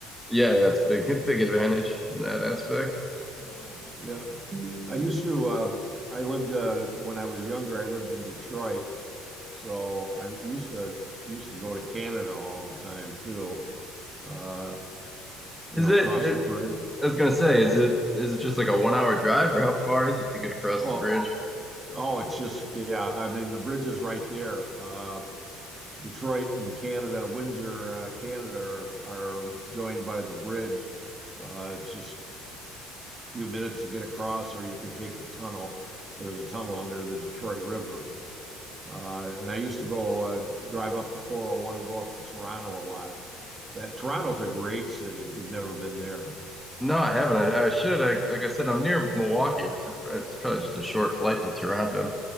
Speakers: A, in the centre; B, on the right (about 25°).
A: Yeah, that's big <laughs> big advantage in that aspect.
B: Yeah. with that. I that. used to uh I lived uh when I was younger, I lived in Detroit, so I used to used to go to Canada all the time too. Uh, you
A: Is
B: know,
A: it?
B: cross
A: There,
B: the bridge.
A: I was gonna say, is it is it just like a one hour drive, or how far is it to get across
B: Oh,
A: the bridge?
B: oh, it's just yeah, I mean the bridge is right there. Uh Detroit and Canada, Windsor, uh, Canada are, are joined by the bridge. Uh, it's just a few minutes to get across, or you can take the tunnel. There's a tunnel under the Detroit River. Uh, and I used to go uh, drive up the 401 and go up to Toronto a lot. That Toronto's a great city if you've never been there.
A: No, I haven't. I, I should. I, like I said, I'm near Milwaukee, which is it's probably just a short flight to Toronto.